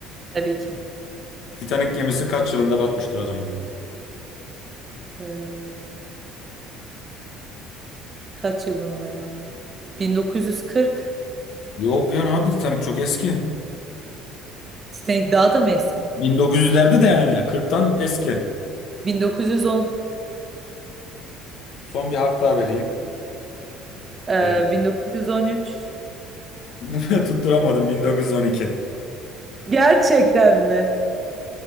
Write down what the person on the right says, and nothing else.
<laughs> Tabii ki.
Ee, kaç yılında ya? 1940
Titanic daha da mı eski?
1910,
e,
1913.
Gerçekten mi?